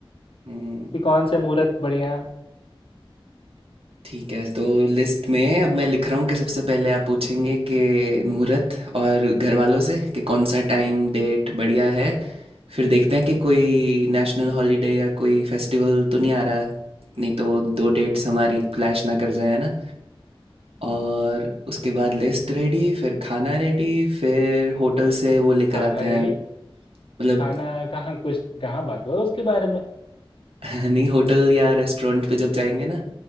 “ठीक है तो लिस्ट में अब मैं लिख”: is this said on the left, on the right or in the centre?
Right